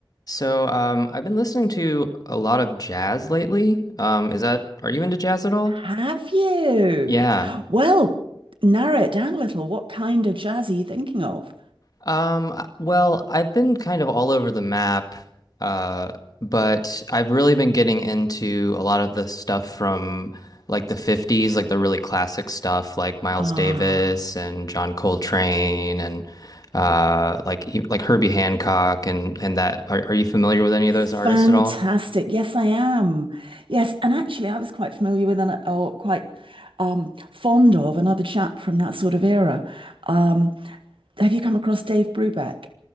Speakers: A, on the left; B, on the right.
A: So, um, I've been listening to a lot of jazz lately. Um, is that, are you into jazz at all?
B: Have you?
A: Yeah.
B: Well, narrow it down a little. What kind of jazz are you thinking of?
A: Um, I- well, I've been kind of all over the map, uh, but I've really been getting into a lot of the stuff from like the 50s, like the really classic stuff like Miles
B: Ah,
A: Davis and John Coltrane and uh like e- like Herbie Hancock and and that. Are, are you familiar with any
B: fantastic.
A: of those artists at all?
B: Yes, I am. Yes, and actually, I was quite familiar with and or quite um, fond of another chap from that sort of era. Um, have you come across Dave Brubeck?